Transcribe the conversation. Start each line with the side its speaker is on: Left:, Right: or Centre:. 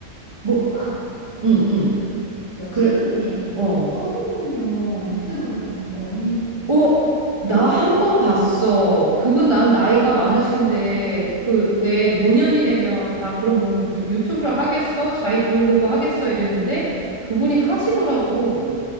Right: 뭐
Left: 또 아,
Right: 응,
Left: 응.
Right: 응.
Left: 나 최근에
Right: 그래, 어.
Left: 선우용녀 유튜브를 봤는데 언니 혹시 봤어?
Right: 어, 나
Left: 어,
Right: 한번 봤어. 그분 난 나이가
Left: 어,
Right: 많으신데, 그, 왜
Left: 어,
Right: 노년이 되면 다 그런 뭐 유- 유튜브를 하겠어? 자기 브이로그 하겠어? 이랬는데, 그분이 하시더라고.